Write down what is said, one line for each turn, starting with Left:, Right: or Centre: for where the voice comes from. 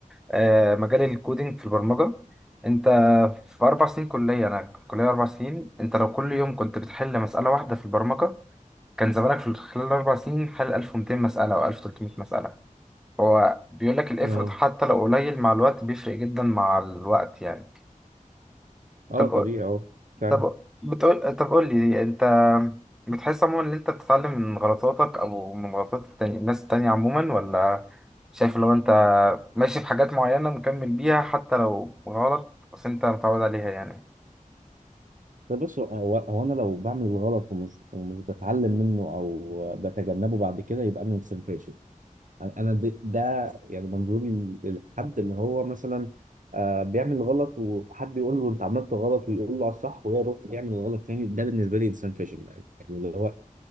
Centre: آه، مجال الكودينج في البرمجه انت في اربع سنين كليه انا كليه اربع سنين انت لو كل يوم كنت بتحل مساله واحده في البرمجه كان زمانك في خلال الاربع سنين حل 1200 مساله او 1300 مساله هو بيقول لك الافرط
Right: اه
Centre: حتى لو قليل مع الوقت بيفرق جدا مع الوقت يعني
Right: آه،
Centre: طب
Right: طبيعي اه فعلا
Centre: طب بتقول طب قول لي انت بتحس عموما ان انت بتتعلم من غلطاتك او من غلطات التاني... الناس التانية عموما ولا شايف لو انت ماشي بحاجات معينة مكمل بيها حتى لو غلط بس انت متعود عليها يعني
Right: ده بص هو هو انا لو بعمل الغلط ومش ومش بتعلم منه او بتجنبه بعد كده يبقى انا انسان فاشل انا د- ده يعني منظوري للحد اللي هو مثلا آه، بيعمل غلط وحد يقول له انت عملت غلط ويقول له على الصح ويروح يعمل غلط تاني ده بالنسبه لي انسان فاشل يعني اللي هو